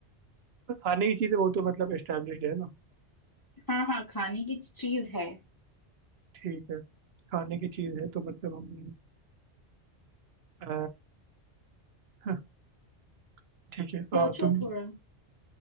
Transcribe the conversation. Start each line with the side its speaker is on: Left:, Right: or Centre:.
Right: खाने की चीजें वो तो मतलब एस्टेब्लिश है ना
Left: हाँ हाँ खाने की चीज है
Right: ठीक है खाने की चीज है तो मतलब हम अ, <laughs> ठीक है अ,
Left: सोचो
Right: तुम
Left: थोड़ा